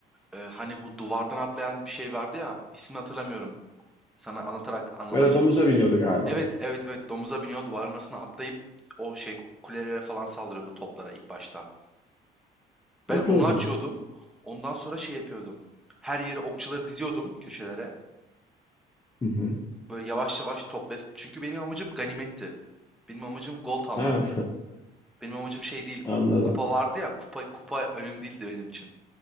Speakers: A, in the centre; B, on the left (about 20°).
A: Ee, hani bu duvardan atlayan bir şey vardı ya. İsmini hatırlamıyorum. Sana anlatarak anlamaya
B: Ya
A: çalışacağız.
B: domuza biniyordu galiba.
A: Evet, evet, evet. Domuza biniyor, duvarın arasına atlayıp o şey kulelere falan saldırıyordu toplara ilk başta. Ben
B: Hatırladım.
A: onu açıyordum. Ondan sonra şey yapıyordum. Her yere okçuları diziyordum köşelere.
B: Hı hı.
A: Böyle yavaş yavaş toplayıp. Çünkü benim amacım ganimetti. Benim amacım gold almaktı.
B: Ah,
A: Benim amacım şey değil.
B: <laughs> anladım.
A: O kupa vardı ya. Kupa kupa önemli değildi benim için.